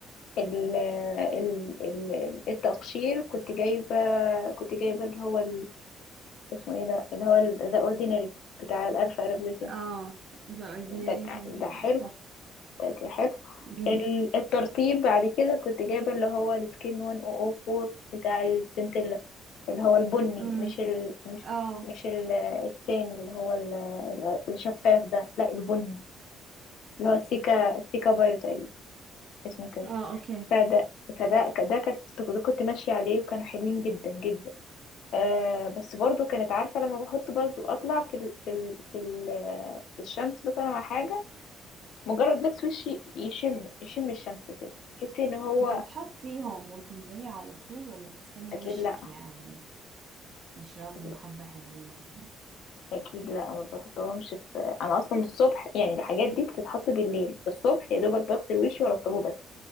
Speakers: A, on the left (about 65°); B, on the right (about 35°).
A: ال ال ال التقشير كنت جايبة كنت جايبة اللي هو ال- اسمه ايه ده اللي هو ذا اوردينري بتاع الالفا ارابيوتين
B: اه ده اورديناري
A: ده
B: حلو
A: ده
B: جدا
A: حلو
B: تحفة
A: اوكي حلو
B: جدا
A: ال- الترطيب بعد كده كنت جايبة اللي هو السكين 1004 بتاع السنتيلا اللي هو البني
B: امم
A: مش ال... مش
B: اه
A: مش ال... التاني اللي هو ال... ال- الشفاف ده لا البني اللي هو السيكا السيكا بايو تقريبا اسمه كده
B: اه اوكي
A: فده فده ك- ده كنت ده كنت ماشية عليه وكانوا حلوين جدا جدا آه بس برضو كانت عارفة لما بحط برضو اطلع في ال... في ال... في, ال... في الشمس مثلا على حاجة مجرد بس وشي يشم يشم الشمس كده تحسي ان هو
B: انت بتحطيهم وتنزلي على طول ولا بتستني
A: اكيد
B: وشك
A: لا
B: يعني يشربهم
A: اكيد لا،
B: حبة حلوين
A: اكيد لا ما بحطهمش في انا اصلا الصبح يعني الحاجات دي بتتحط بالليل الصبح يا دوبك بغسل وشي وارطبه بس